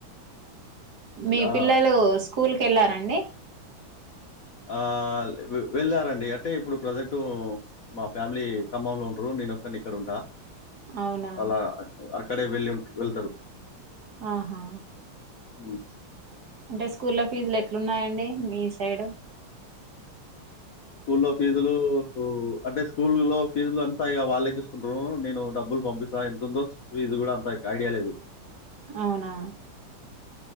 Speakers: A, on the right; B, on the left.
A: మీ
B: ఆ!
A: పిల్లలు స్కూల్కి ఎళ్ళారా అండి
B: ఆ లే వెళ్ళారండి అంటే ఇప్పుడు ప్రజెంటు మా ఫ్యామిలీ ఖమ్మంలో ఉంటరు నేనొక్కన్ని ఇక్కడ ఉంటా
A: అవునా
B: అల అక్కడే వెళ్ వెళ్తారు.
A: ఆహా
B: హు
A: అంటే స్కూల్ల ఫీజులు ఎట్లున్నాయండి మీ సైడ్.
B: స్కూల్లో ఫీజులుకు అంటే స్కూల్ లో ఫీజులు అంతా ఇంకా వాళ్ళే చూసుకుంటారు నేను డబ్బులు పంపిస్ అంత ఎంతుందో ఫీజు కూడ అంత ఐడియా లేదు.
A: అవునా